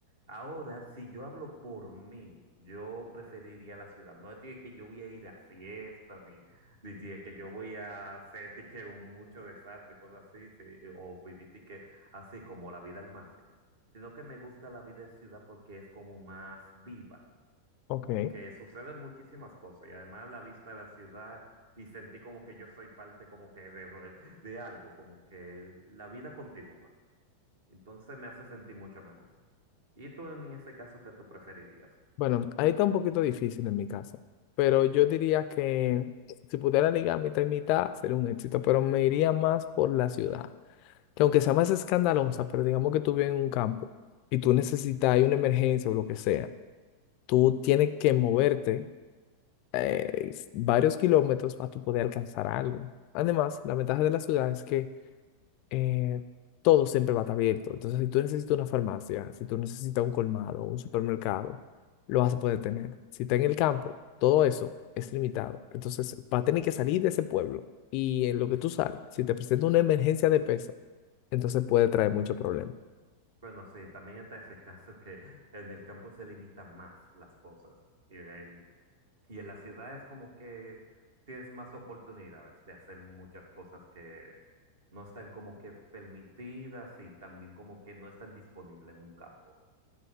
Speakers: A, on the right (about 60°); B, on the left (about 45°).
A: Ahora, si yo hablo por mí, yo preferiría la ciudad. No tiene que yo voy a ir a fiestas, ni, ni tiene que yo voy a hacer tique, un mucho desastre, cosas así, sí, eh, o vivir de que así como la vida al máximo. Sino que me gusta la vida de ciudad porque es como más viva,
B: ok.
A: como que suceden muchísimas cosas y además la vista de la ciudad y sentí como que yo soy parte como que de, de algo, como que la vida continúa. Entonces me hace sentir mucho mejor. Y tú en ese caso, ¿qué tú preferirías?
B: Bueno, ahí está un poquito difícil en mi caso, pero yo diría que si pudiera ligar mitad y mitad sería un éxito, pero me iría más por la ciudad, que aunque sea más escandalosa, pero digamos que tú vives en un campo y tú necesitas, hay una emergencia o lo que sea, tú tienes que moverte eh, s- varios kilómetros para tú poder alcanzar algo. Además, la ventaja de la ciudad es que eh, todo siempre va a estar abierto. Entonces, si tú necesitas una farmacia, si tú necesitas un colmado, un supermercado, lo vas a poder tener. Si está en el campo, todo eso es limitado. Entonces, va a tener que salir de ese pueblo. Y en lo que tú sales, si te presenta una emergencia de peso, entonces puede traer muchos problemas.
A: Bueno, sí, también está ese caso que en el campo se limitan más las cosas. Y en, y en la ciudad es como que tienes más oportunidades de hacer muchas cosas que no están como que permitidas y también como que no están disponibles en un campo.